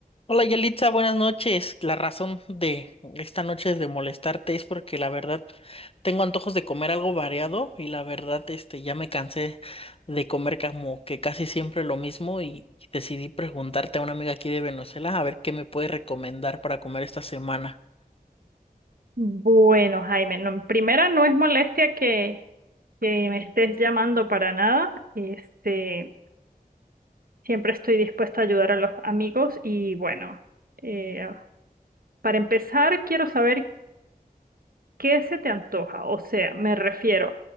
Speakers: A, on the left; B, on the right.
A: Hola Yelitza, buenas noches. La razón de esta noche de molestarte es porque la verdad tengo antojos de comer algo variado y la verdad este ya me cansé de comer como que casi siempre lo mismo y decidí preguntarte a una amiga aquí de Venezuela a ver qué me puede recomendar para comer esta semana.
B: Bueno, Jaime, no, en primera no es molestia que, que me estés llamando para nada. Este, siempre estoy dispuesta a ayudar a los amigos y bueno, eh, para empezar quiero saber qué se te antoja. O sea, me refiero,